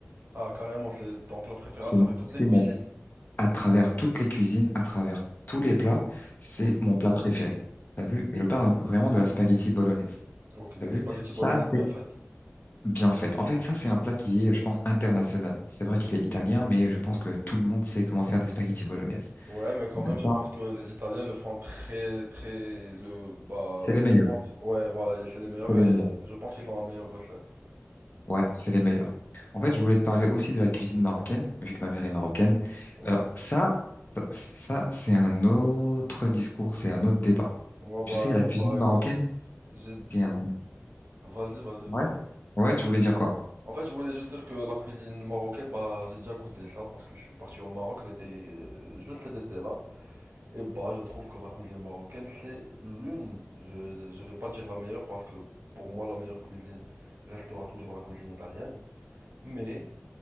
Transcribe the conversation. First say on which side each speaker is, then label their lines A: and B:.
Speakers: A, on the right; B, on the left.
A: Ah, carrément, c'est ton plat préféré
B: C'est,
A: à travers toutes
B: c'est
A: les cuisines.
B: mon, à travers toutes les cuisines, à travers tous les plats, c'est
A: Ok,
B: mon plat préféré. T'as vu? Je parle vraiment de la spaghetti bolognaise.
A: ok, une
B: T'as vu?
A: spaghetti
B: Ça,
A: bolognaise
B: c'est
A: bien faite.
B: bien fait. En fait, ça, c'est un plat qui est, je pense, international. C'est vrai qu'il est italien, mais je pense que tout le monde sait comment faire des spaghetti bolognaise.
A: Ouais, mais quand
B: D'accord?
A: même, je pense que les Italiens le font très, très, le, bah,
B: C'est les meilleurs.
A: je pense, ouais, voilà, et c'est les meilleurs,
B: C'est les
A: et
B: meilleurs.
A: je pense qu'ils ont la meilleure recette.
B: Ouais, c'est les meilleurs. En fait, je voulais te parler aussi de la cuisine marocaine, vu que ma mère est marocaine.
A: Ok.
B: Euh, ça, ça, ça, c'est un autre discours, c'est un autre débat.
A: Ouais, bah,
B: Tu sais, la cuisine
A: bah, écoute,
B: marocaine,
A: j'ai, j'ai,
B: c'est un...
A: vas-y, vas-y,
B: Ouais?
A: pardon.
B: Ouais, tu voulais dire quoi?
A: En fait, je voulais juste dire que la cuisine marocaine, bah, j'ai déjà goûté ça parce que je suis parti au Maroc l'été, euh, juste cet été-là. Et bah, je trouve que la cuisine marocaine, c'est l'une, je, je je vais pas dire la meilleure parce que pour moi, la meilleure cuisine restera toujours la cuisine italienne. Mais,